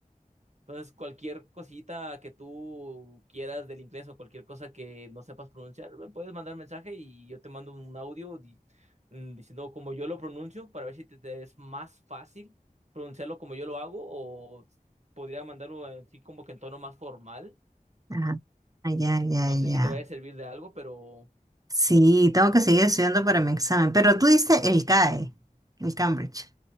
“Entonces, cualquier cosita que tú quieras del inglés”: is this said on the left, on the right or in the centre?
Right